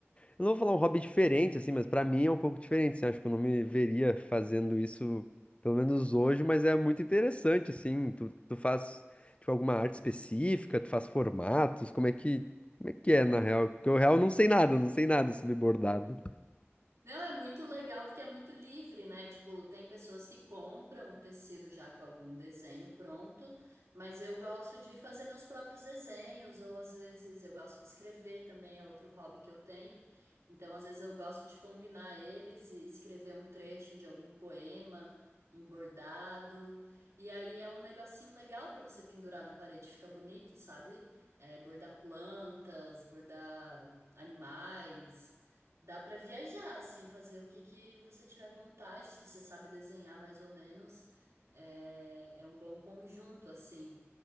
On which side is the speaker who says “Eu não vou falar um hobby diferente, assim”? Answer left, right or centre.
Left